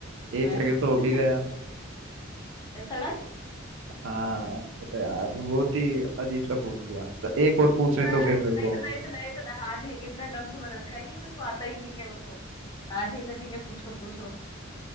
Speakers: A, on the right (about 60°); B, on the left (about 20°).
A: एक
B: मैं
A: सेकंड तो हो भी
B: <laughs>
A: गया
B: ये सड़क
A: हाँ तो यार बहुत ही अजीब सा पूछ लिया तो एक और पूछने
B: हाँ
A: तो फिर
B: इतना
A: मेरे को
B: इतना इतना इतना हाँ ठीक है इतना डम समझ रखा है कि मेरे को आता ही नहीं है बिल्कुल हाँ ठीक है ठीक है पूछो पूछो